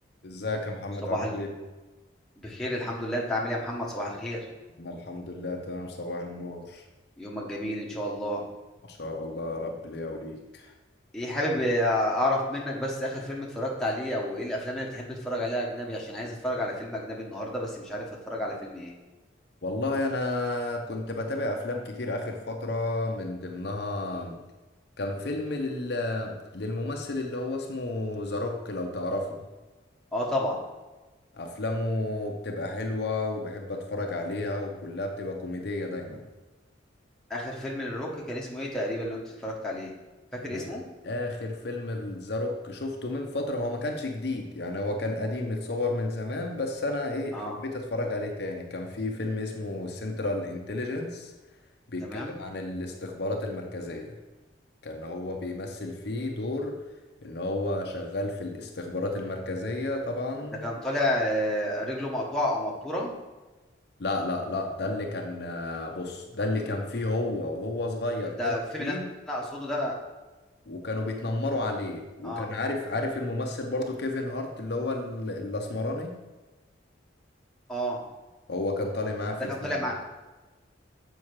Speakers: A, on the left; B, in the centre.
A: ازيك يا محمد
B: صباح
A: عامل
B: ال...
A: ايه؟
B: بخير الحمد لله انت عامل ايه يا محمد صباح الخير
A: انا الحمد لله تمام صباح النور
B: يومك جميل ان شاء الله
A: ما شاء الله يا رب ليا وليك
B: ايه حابب آه، اعرف منك بس اخر فيلم اتفرجت عليه او ايه الافلام اللي بتحب تتفرج عليها اجنبي عشان عايز اتفرج على فيلم اجنبي النهارده بس مش عارف اتفرج على فيلم ايه
A: والله انا كنت بتابع افلام كتير اخر فترة من ضمنها
B: مم.
A: كان فيلم لل... للممثل اللي هو اسمه ذا روك لو تعرفه
B: اه طبعا
A: افلامه بتبقى حلوة وبحب اتفرج عليها وكلها بتبقى كوميدية دايما
B: اخر فيلم للروك كان اسمه ايه تقريبا اللي انت اتفرجت عليه فاكر
A: انا
B: اسمه
A: اخر فيلم الزاروك شفته من فترة هو ما كانش جديد يعني هو كان قديم متصور من زمان بس انا ايه
B: اه
A: حبيت اتفرج عليه تاني كان في فيلم اسمه سنترال انتليجنس بيتكلم
B: تمام
A: عن الاستخبارات المركزية كان هو بيمثل فيه دور ان هو شغال في الاستخبارات المركزية طبعا
B: ده كان طالع آه، رجله مقطوعه او مبتوره
A: لا لا لا ده اللي كان آه، بص ده اللي كان فيه هو وهو صغير
B: انت
A: كان
B: الفيلم
A: تخين
B: اللي انا أنا اقصده ده
A: وكانوا بيتنمروا عليه وكان
B: اه
A: عارف عارف الممثل برضو كيفن هارت اللي هو ال- الاسمراني
B: اه
A: هو كان طالع معاه في
B: ده
A: الفيلم
B: كان طالع مع-
A: ده